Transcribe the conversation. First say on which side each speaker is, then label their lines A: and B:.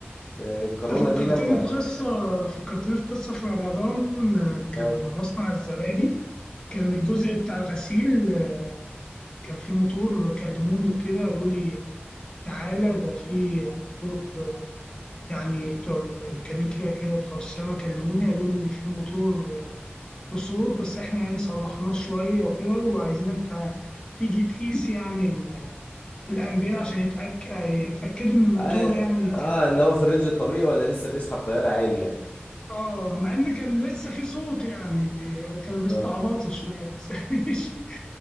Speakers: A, on the left; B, on the left.
A: آه، الكورونا
B: انت فكرتني
A: دي لما
B: بقصه فكرتني في قصه في رمضان آه، كان
A: اه
B: مصنع الزبادي كان الجزء بتاع الغسيل آه، كان في موتور كلموني وكده قالوا لي تعالى ده في موتور يعني بتوع الميكانيكا كده بتوع الصيانة كلموني قالوا لي إن في موتور بصوت بس إحنا يعني صلحناه شوية وكده وعايزينك تع- تيجي تقيس يعني ال- الأمبير عشان يتأك... يتأكدوا إن الموتور
A: اه
B: يعني كان-
A: آه، اللي هو في الرينج الطبيعي ولا لسه بيسحب طيار عالي يعني
B: آه مع إن كان لسه في صوت يعني بي... كانوا بيستعبطوا
A: اه
B: شوية بس <laughs> ماشي